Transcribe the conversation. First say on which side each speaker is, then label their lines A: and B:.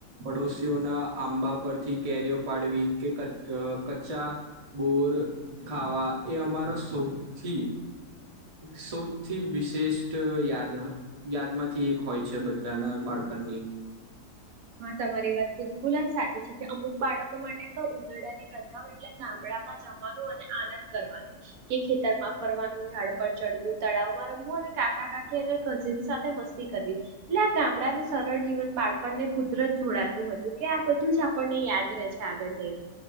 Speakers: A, on the right (about 35°); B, on the right (about 70°).
A: પડોશીઓના આંબા પરથી કેરીઓ પાડવી કે ક કચ્ચા બોર ખાવા એ અમારા સૌથી એક સૌથી વિશેષ્ટ યાદ યાદમાંથી એક હોય છે બધાના બાળપણની.
B: હા તમારી વાત બિલકુલ જ સાચી છે કે અમુક બાળકો માટે તો ઉનાડાની રજાઓ એટલે ગામડામાં જવાનું અને આનંદ કરવાનો કે ખેતરમાં ફરવાનું ઝાડ પર ચડવું તળાવમાં રમવું અને કાકા કાકી અને કઝિન સાથે મસ્તી કરવી એટલે આ ગામડાનું સરળ જીવન બાળપણને કુદરત જોડાતું હતું કે આ બધું જ આ આપણ ને યાદ રહે છે આગળ જઈને